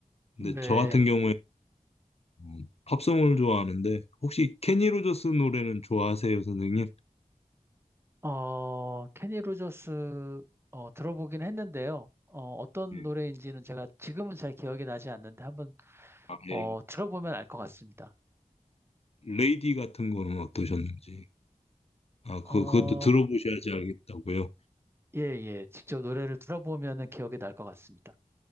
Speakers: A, on the right; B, on the left.
A: 네.
B: 근데 저 같은 경우에 음, 팝송을 좋아하는데 혹시 케니 로저스 노래는 좋아하세요, 선생님?
A: 어, 케니 로저스 어, 들어보긴 했는데요. 어, 떤
B: 예.
A: 노래인지는 제가 지금은 잘 기억이 나지 않는데 한번
B: 아,
A: 어,
B: 예.
A: 들어보면 알 것 같습니다.
B: 레이디 같은 거는 어떠셨는지. 아, 그
A: 어,
B: 그것도 들어보셔야지 알겠다고요.
A: 예, 예. 직접 노래를 들어보면은 기억이 날 것 같습니다.